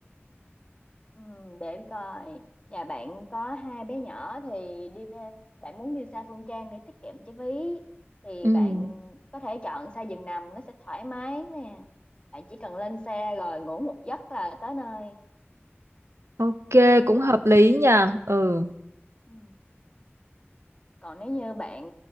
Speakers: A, on the left (about 25°); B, on the right (about 85°).
A: Ừ, để coi nhà bạn có hai bé nhỏ thì đi về bạn muốn đi xa Phương Trang để tiết kiệm chi phí thì
B: ừ
A: bạn có thể chọn xe giường nằm nó sẽ thoải mái nè bạn chỉ cần lên xe rồi ngủ một giấc là tới nơi
B: ok cũng
A: còn
B: hợp lý nha ừ
A: ừ, còn nếu như bạn